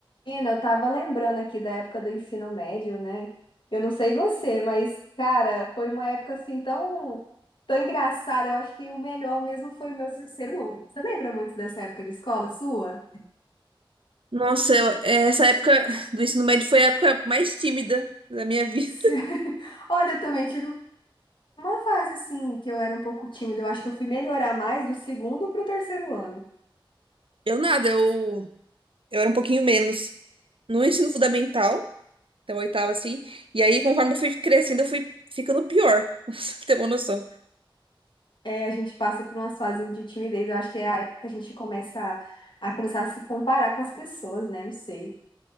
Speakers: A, on the left (about 60°); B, on the right (about 75°).
A: Menina, eu tava lembrando aqui da época do ensino médio, né? Eu não sei você, mas, cara, foi uma época assim tão, tão engraçada. Eu acho que o melhor mesmo foi o meu terceiro ano. Você lembra muito dessa época de escola sua? <laughs>
B: Nossa, eu- essa época do ensino médio foi a época mais tímida da minha vida.
A: Sério? Olha, eu também tive uma fase assim que eu era um pouco tímida. Eu acho que eu fui melhorar mais do segundo pro terceiro ano.
B: <laughs> Eu nada, eu, eu era um pouquinho menos no ensino fundamental, até o oitavo assim, e aí conforme eu fui crescendo, eu fui ficando pior, <laughs> pra você ter uma noção.
A: É, a gente passa por umas fases de timidez. Eu acho que é a época que a gente começa a, a começar a se comparar com as pessoas, né? Não sei.